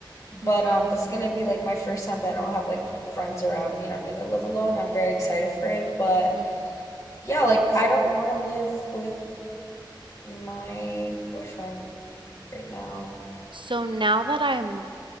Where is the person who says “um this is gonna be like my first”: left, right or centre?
Left